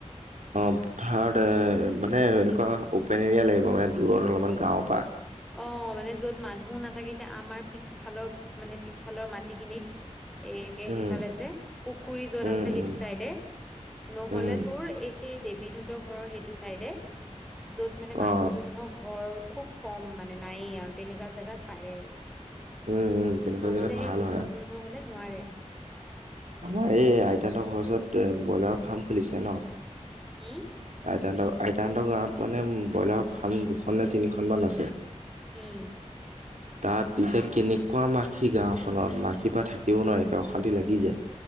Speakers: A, on the right; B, in the centre.
A: অ পথাৰত এ মানে এনেকুৱা অপেন এৰিয়া লাগিব মানে দূৰত অলপমান গাঁওৰ পৰা।
B: অ মানে যত মানুহো নাথাকে এতিয়া আমাৰ পিছফালৰ মানে পিছফালৰ মাটিখিনিত এইে
A: উম
B: সেইফালে যে পুখুৰী যত
A: উম
B: আছে সেইটো
A: উম
B: চাইডে, নহলে
A: উম
B: তোৰ এইেই দেৱীদত ঘৰৰ সেইটো চাইডে। য'ত মানে মানুহ
A: অ
B: দুনুহৰ ঘৰ খুব কম মানে নায় আৰু তেনেকুৱা জেগাত পাৰে
A: উম উম তেনেকুৱা
B: নহলে
A: জেগাত ভাল
B: সেই গোন্ধ
A: হয় আৰু।
B: হলে নোৱাৰে।
A: আমাৰ এই আইতাহতৰ ঘৰ ওচৰত ব্ৰইলাৰৰ ফাৰ্ম খুলিছে ন?
B: উম?
A: আইতাহতৰ আইতাহঁতৰ গাঁৱত মানে ব্ৰইলাৰৰ ফাৰ্ম দুখন নে তিনিখনমান আছে।
B: উম।
A: <unintelligible> তাত এতিয়া কেনেকুৱা মাখি গাওখনত মাখিৰ পৰা থাকিব নোৱাৰে একে অশান্তি লাগি যায়।